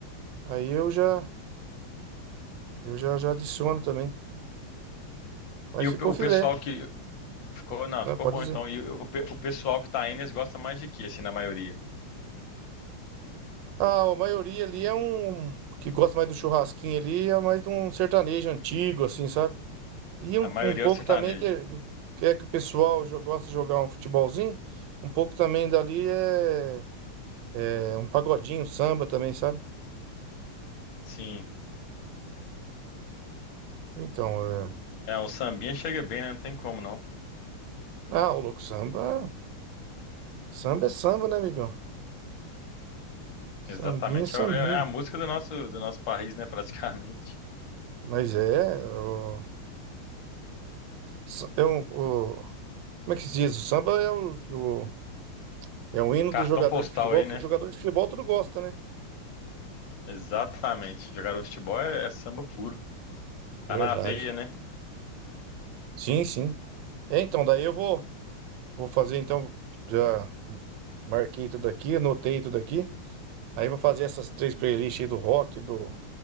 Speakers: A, on the right; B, on the left.
A: aí eu já, eu já, já adiciono também. Mas
B: E o,
A: ficou
B: pe- o pessoal
A: filé,
B: que ficou, não,
A: né?
B: ficou
A: Pode
B: bom
A: dizer.
B: então. E o, pe- o pessoal que tá aí, eles gostam mais de que, assim, na maioria?
A: Ah, a maioria ali é um que gosta mais do churrasquinho ali, é mais de um sertanejo antigo, assim, sabe? E um,
B: A maioria
A: um pouco
B: é o sertanejo.
A: também que, que é que o pessoal jo- gosta de jogar um futebolzinho, um pouco também dali é, é um pagodinho, um samba também, sabe?
B: Sim.
A: Então, é...
B: É, um sambinha chega bem, né? Não tem como não.
A: Ah, o louco, samba... Samba é samba, né, amigão? Sambinha
B: Exatamente.
A: é sambinha.
B: É, é é a música do nosso, do nosso país, né? Praticamente.
A: Mas é... O, sa- é um, o- como é que se diz? O samba é o, o- é o hino
B: Cartão
A: do jogador
B: postal
A: de futebol.
B: aí, né?
A: O jogador de futebol tudo gosta, né?
B: Exatamente. Jogar o futebol é, é samba puro. Tá
A: Verdade.
B: na veia, né?
A: Sim, sim. É, então, daí eu vou... Vou fazer então, já marquei tudo aqui, anotei tudo aqui. Aí vou fazer essas três playlists aí do rock, do,